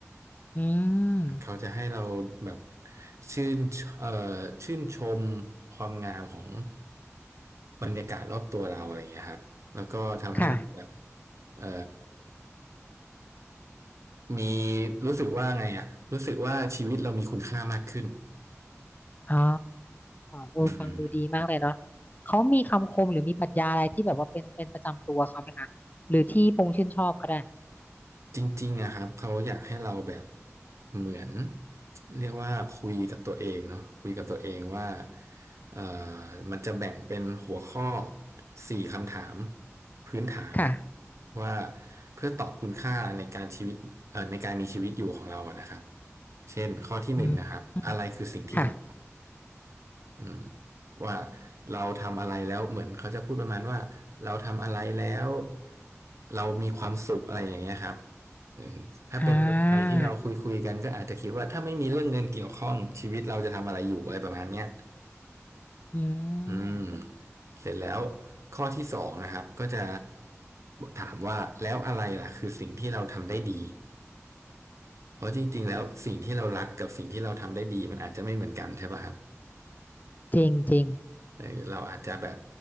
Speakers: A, on the left; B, on the right.
A: อืม
B: เขาจะให้เราแบบชื่นเอ่อชื่นชมความงามของบรรยากาศรอบตัวเราอะไรอย่างเงี้ยครับแล้วก็ทำให้เราแบบ
A: ค่ะ
B: เอ่อมีรู้สึกว่าไงอะรู้สึกว่าชีวิตเรามีคุณค่ามากขึ้น
A: อ๋อเออฟังดูดีมากเลยเนาะ
B: อืม
A: เขามีคำคมหรือมีปรัชญาอะไรที่แบบว่าเป็นเป็นประจำตัวเขาไหมคะหรือที่พงษ์ชื่นชอบก็ได้
B: จริงๆอะครับเขาอยากให้เราแบบเหมือนเรียกว่าคุยกับตัวเองเนาะคุยกับตัวเองว่าเอ่อมันจะแบ่งเป็นหัวข้อสี่คำถามพื้นฐานนะ
A: ค่ะ
B: ว่าเพื่อตอบคุณค่าในการชีวิตเอ่อในการมีชีวิตอยู่ของเราอะนะครับเช่นข้อที่หนึ่งนะครับอะไรคือสิ่งที่เรา
A: อืมอืมค่ะ
B: อืมว่าเราทำอะไรแล้วเหมือนเขาจะพูดประมาณว่าเราทำอะไรแล้วเรามีความสุขอะไรอย่างเงี้ยครับอืมถ้าเป็นคนไทยที่เราคุยคุยกันก็อาจจะคิดว่าถ้าไม่มีเรื่องเงินเกี่ยวข้องชีวิตเราจะทำอะไรอยู่อะไรประมาณเนี้ย
A: อ่าอื
B: อืม
A: ม
B: เสร็จแล้วข้อที่สองนะครับก็จะถามว่าแล้วอะไรล่ะคือสิ่งที่เราทำได้ดีเพราะจริงๆแล้วสิ่งที่เรารักกับสิ่งที่เราทำได้ดีมันอาจจะไม่เหมือนกันใช่ป่ะครับ
A: จริงจริง
B: เออเราอาจจะแบบ